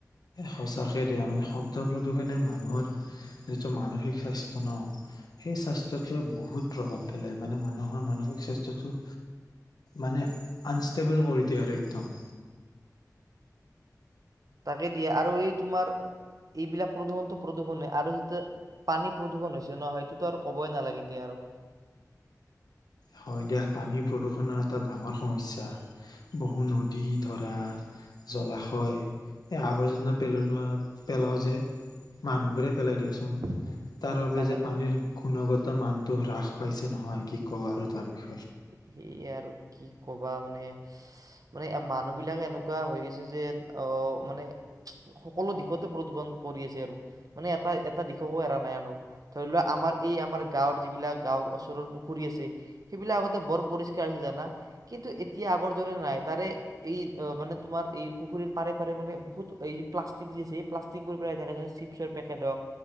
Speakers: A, on the left; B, on the right.
A: সঁচাকে দিয়া মানে শব্দ প্ৰদূষণে মানুহৰ যিটো মানসিক স্বাস্থ্য ন সেই স্বাস্থ্যটোৱে বহুত প্ৰভাৱ পেলায় মানে মানুহৰ মানসিক স্বাস্থ্যটো মানে আনষ্টেবল কৰি দিয়ে আৰু একদম
B: তাকে দিয়ে আৰু এই তোমাৰ এইবিলাক প্ৰদূৰণটো প্ৰদূৰণ আৰু যেতিয়া পানী প্ৰদূৰ্ষন হৈছে ন সেইটোতো আৰু কবই নালাগে দিয়া আৰু
A: হয় দিয়া পানীৰ প্ৰদূষণৰ এটা ডাঙৰ সমস্যা বহু নদী ধৰা জলাশয় এই আৱৰ্জনা পেলনোয়াত পেলাও যে মানুহবোৰে পেলাই দিয়াচোন
B: উম,
A: তাৰ বাবে
B: তাকেতো
A: যে পানীৰ গুণগত মান তো হ্ৰাস পাইছে নহয় কি ক'বাৰত তাৰ
B: সেই আৰু কি কবা মানে মানে মানে মানুহ বিলাক এনেকুৱা হৈ গৈছে যে আহ মানে সকলো দিশতে প্ৰদূৰষন কৰি আছে আৰু মানে এটা এটা দিশকো এৰা নাই আনৰ ধৰি লোৱা আমাৰ এই আমাৰ গাঁৱৰ যিবিলাক গাঁৱৰ ওচৰৰ পুখুৰী আছে সেইবিলাক আগতে বৰ পৰিষ্কাৰ হৈছে জানা কিন্তু এতিয়া আগৰ দৰে নাই তাৰে এই মানে তোমাৰ এই পুখুৰীৰ পাৰে পাৰে মানে বহুত এই প্লাষ্টিক যি আছে এই প্লাষ্টিকবোৰ পেলাই থাকে যেনে চিপছৰ পেকে হওক